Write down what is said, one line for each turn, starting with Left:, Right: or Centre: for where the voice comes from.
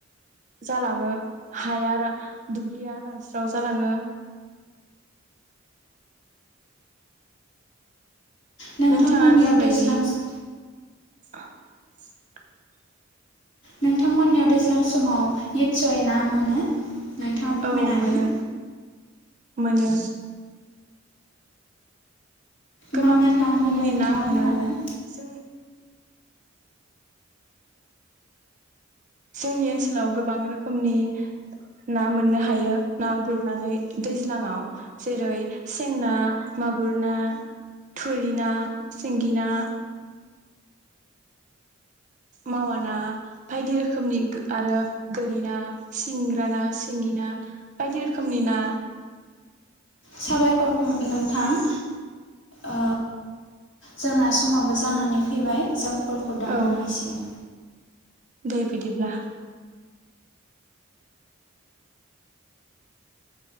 Right: जालाङो हाया रा दुब्लिया रानस्राव जालाङो।
Left: नोंथांमोननियाव
Right: नोंथाङा जिबायदि
Left: दैज्लां स
Right: <inaudible>
Left: नोंथांमोननियाव दैज्लां समाव नितसय ना मोनो नोंथाङा फोरमायनो
Right: औ मोनो
Left: हागोन
Right: मोनो गोबां
Left: मा मा ना
Right: रोखोमनि
Left: मोनो नोंथाङा
Right: ना मोनो
Left: बुंनो हागोन
Right: जों <inaudible> जोंनि ओनसोलाव गोबां रोखोमनि ना मोननो हायो ना गुरनानै दैज्लाङाव जेरै सें ना मागुर ना थुरि ना सिंगि ना मावा ना बायदि रोखोमनि आरो गोरि ना सिंग्रा ना सिंगि ना बायदि रोखोमनि ना
Left: साबायखर नोंथां ओ जोंना समाबो जानानै फैबाय जों कलखौ दाननो
Right: औ
Left: हासिगोन।
Right: दे बिदिब्ला।